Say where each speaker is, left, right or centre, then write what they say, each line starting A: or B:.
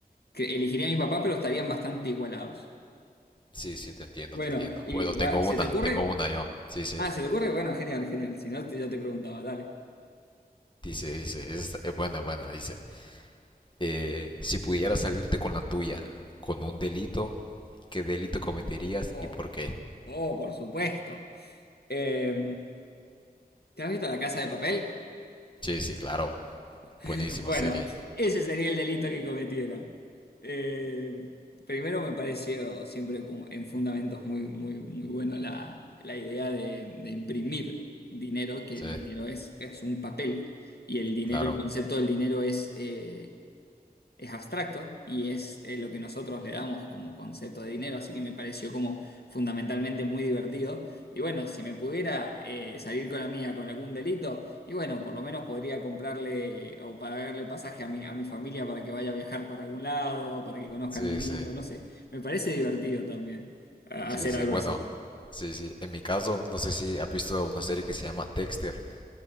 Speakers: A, on the left (about 85°); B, on the left (about 30°).
A: que elegiría a mi papá, pero estarían bastante igualados.
B: Sí, sí, te entiendo,
A: Bueno,
B: te entiendo.
A: y
B: Bueno, tengo
A: va-
B: una,
A: ¿se te ocurre?
B: tengo una yo. Sí, sí.
A: Ah, ¿se te ocurre? Bueno, genial, genial. Si no, te- yo te preguntaba, dale.
B: Dice, dice, es, es buena, buena, dice. eh, si pudieras salirte con la tuya, con un delito, ¿qué delito cometerías
A: Oh,
B: y por qué?
A: oh, por supuesto. Eh, ¿te has visto La Casa de Papel?
B: Sí, sí, claro.
A: <laughs>
B: Buenísima
A: Bueno,
B: serie.
A: ese sería el delito que cometiera. Eh, primero me pareció siempre como en fundamentos muy, muy, muy bueno la, la idea de, de imprimir dinero, que
B: Sí,
A: el dinero es, es un papel y el dinero,
B: claro.
A: el concepto del dinero es... eh, es abstracto y es eh, lo que nosotros le damos como concepto de dinero, así que me pareció como fundamentalmente muy divertido. Y bueno, si me pudiera eh, salir con la mía con algún delito, y bueno, por lo menos podría comprarle eh, o pagarle pasaje a mi, a mi familia para que vaya a viajar para algún lado, para que conozcan
B: Sí,
A: el mundo,
B: sí.
A: no sé, me parece divertido también ah,
B: Sí,
A: hacer
B: sí.
A: algo
B: Bueno,
A: así.
B: sí, sí. En mi caso, no sé si has visto una serie que se llama Dexter.